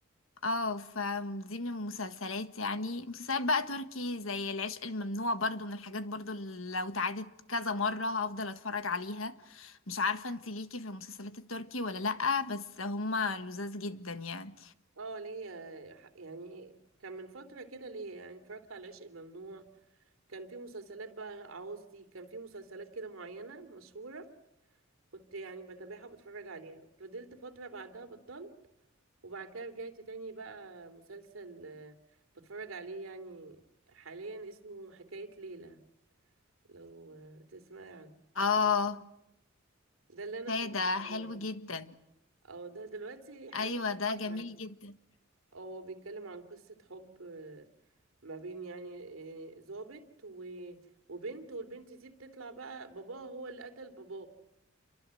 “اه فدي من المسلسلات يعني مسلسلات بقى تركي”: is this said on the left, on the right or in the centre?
Left